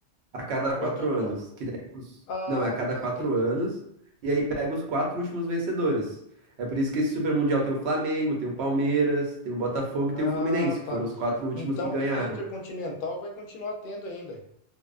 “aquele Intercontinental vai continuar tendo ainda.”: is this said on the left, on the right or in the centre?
Left